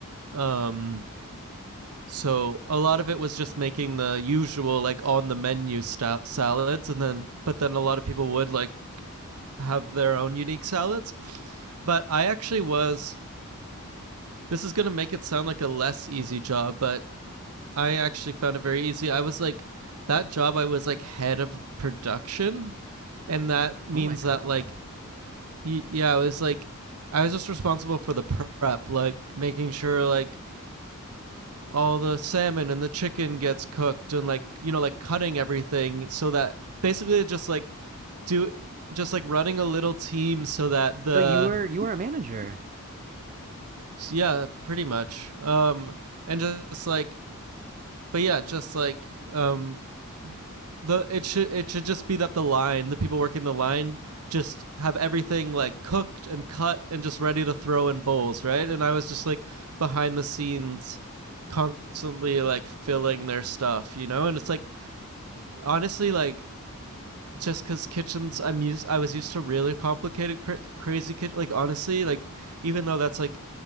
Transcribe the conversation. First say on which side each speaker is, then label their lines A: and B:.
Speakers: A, on the right (about 80°); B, on the right (about 35°).
A: Um so a lot of it was just making the usual like on the menu sta- salads and then but then a lot of people would like have their own unique salads. But I actually was this is going to make it sound like a less easy job, but I actually found it very easy. I was like, that job, I was like head of production. And that means
B: Oh my God.
A: that, like, yeah, I was like, I was just responsible for the prep, like making sure, like, all the salmon and the chicken gets cooked and, like, you know, like cutting everything so that basically just like do just like running a little team so that the,
B: So you were you were a manager.
A: yeah, pretty much. Um, and just like, but yeah, just like, um, the it should it should just be that the line the people working the line just have everything like cooked and cut and just ready to throw in bowls right and i was just like behind the scenes constantly like filling their stuff you know and it's like honestly like just because kitchens i'm used i was used to really complicated cra- crazy kitchen like honestly like even though that's like